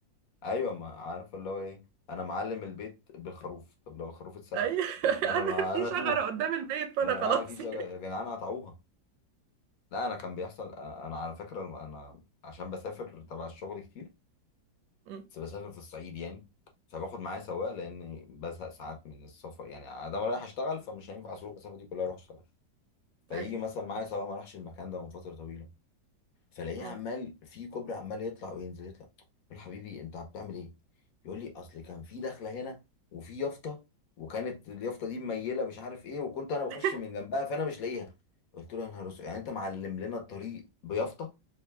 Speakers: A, on the left; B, on the right.
A: ايوه ما عارف اللي هو ايه انا معلم البيت بالخروف طب لو الخروف اتسرق
B: <laughs> ايوه
A: ما-
B: انا
A: انا ما
B: في
A: انا توه
B: شجره قدام البيت فانا
A: انا
B: خلاص
A: اه في شجر
B: يعني
A: يا جدعان قطعوها لا انا كان بيحصل آه، انا على فكره انا عشان بسافر تبع الشغل كتير
B: أمم،
A: بس بسافر في الصعيد يعني فباخد معايا سواق لاني بزهق ساعات من السفر يعني انا رايح اشتغل فمش هينفع اسوق المسافه دي كلها اروح اشتغل فيجي
B: ايوه
A: مثلا معايا سواق ما راحش المكان ده من فتره طويله فلاقيه
B: أمم.
A: عمال في كوبري عمال يطلع وينزل يطلع اقول له حبيبي انت بتعمل ايه يقول لي اصل كان في دخله هنا وفي يافطه وكانت اليافطه دي مميله مش عارف ايه وكنت انا بخش
B: <laughs>
A: من جنبها فانا مش لاقيها قلت له يا نهار اسود يعني انت معلم لنا الطريق بيافطه